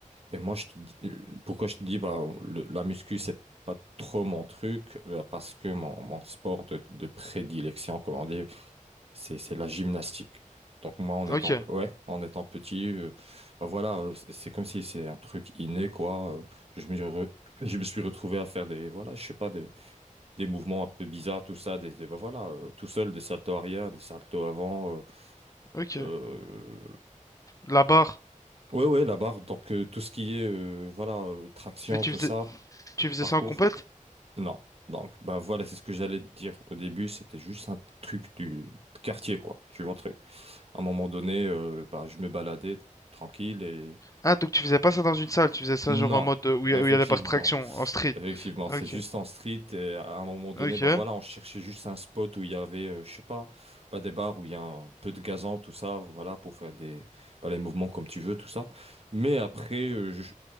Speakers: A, on the right (about 45°); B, on the left (about 25°).
A: Et moi, je te dis, euh, pourquoi je te dis, bah, le- la muscu, c'est pas trop mon truc, bah, parce que mon, mon sport de, de prédilection, comme on dit, c'est, c'est la gymnastique. Donc moi, en étant,
B: Ok,
A: ouais, en étant petit, euh, bah voilà, euh, c'est c'est comme si c'est un truc inné, quoi. Euh, Je me, re- je me suis retrouvé à faire des, voilà, je sais pas, des des mouvements un peu bizarres, tout ça, des, des- bah voilà, euh, tout seul, des saltos arrière, des saltos avant.
B: ok.
A: euh, euh,
B: La barre.
A: ouais, ouais, la barre. Donc, euh, tout ce qui est euh, voilà, euh, traction,
B: Mais tu
A: tout
B: faisais,
A: ça,
B: tu faisais
A: parcours,
B: ça en compète?
A: non. Donc, bah voilà, c'est ce que j'allais te dire. Au début, c'était juste un truc du quartier, quoi. Tu vois, un truc. À un moment donné, euh, bah, je me baladais tranquille et
B: Ah, donc tu faisais pas ça dans une salle, tu faisais ça
A: Non,
B: genre en mode euh, où il y
A: effectivement.
B: a où il y a les barres traction, en street.
A: Effectivement, c'est
B: Ok,
A: juste en street et à un moment donné,
B: ok,
A: bah voilà, on cherchait juste un spot où il y avait, euh, je sais pas, pas des bars où il y a un peu de gazon, tout ça, voilà, pour faire des, bah, les mouvements comme tu veux, tout ça. Mais après, euh, je-